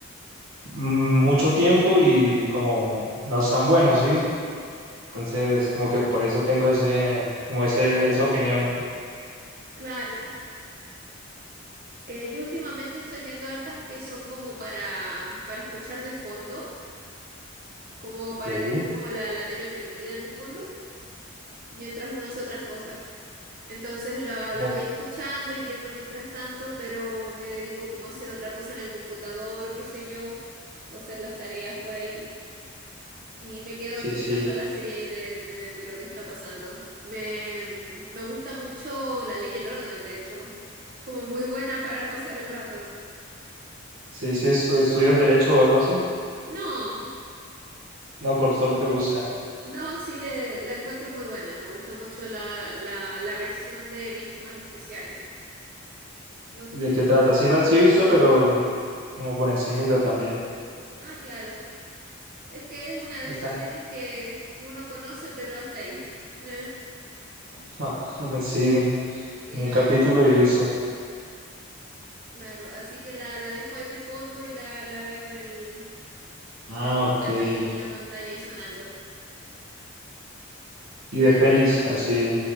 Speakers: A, on the right; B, on the right.
A: mm, mucho tiempo y como no están buenos, ¿sí? Entonces, como que por eso tengo ese, como ese, esa opinión.
B: Claro. Eh, yo últimamente estoy viendo hartas que son como para, para escuchar de fondo. como
A: Ok,
B: para tener como la, la tele prendida en el fondo, mientras uno hace otras cosas. Entonces la, la
A: como-
B: voy escuchando y viendo mientras tanto, pero me dedico como a hacer otra cosa en el computador o qué sé yo, o hacer las tareas por ahí, y me quedo
A: Sí,
B: escuchando
A: sí,
B: la serie ahí de, de, de lo que está pasando. Me, me gusta mucho La Ley y el Orden, de hecho, Es como muy buena para pasar el rato.
A: sí, sí, estu- estudias derecho o algo así.
B: No,
A: No, por solo te gusta.
B: no, sí, eh, la encuentro muy buena. Me gusta mucho la, la, la versión de víctimas especiales. No sé
A: ¿De
B: si
A: qué
B: la...
A: trata? Sí, la sí he visto, pero como por encimita también.
B: Ah, claro. Es que es una de
A: O
B: esas
A: sea,
B: series que, que uno conoce, pero hasta ahí. <laughs> La-
A: <laughs> sí,
B: Sí,
A: un
B: no,
A: capítulo
B: a mí me gusta
A: y listo.
B: harto. Claro, así que la, la dejo ahí de fondo y la, la veo en el...
A: Ah,
B: La dejo
A: ok.
B: en la, tele- en la pantalla ahí sonando.
A: Y
B: Pero
A: de pelis,
B: así,
A: así,